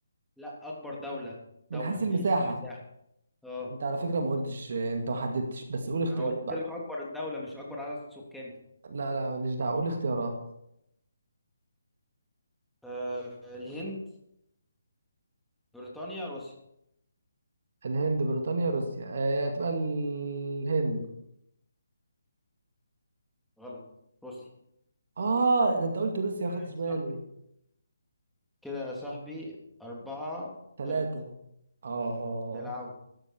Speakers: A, in the centre; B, on the right.
A: لا اكبر دولة
B: من
A: دولة
B: حيث
A: من
B: المساحة
A: حيث المساحة اه
B: انت على فكرة ما قلتش آه، انت ما حددتش بس قول اختيارات
A: ما انا قلت
B: بقى
A: لك اكبر دولة مش اكبر عدد سكاني
B: لا لا ماليش دعوة قول اختيارات
A: آه الهند بريطانيا روسيا
B: الهند بريطانيا روسيا آه تبقى الهند
A: غلط روسيا
B: اه ده انت قلت روسيا
A: كده
B: ما خدتش
A: يا صاحبي
B: بالي
A: كده يا صاحبي أربعة
B: ثلاثة
A: تلاتة
B: اه
A: العود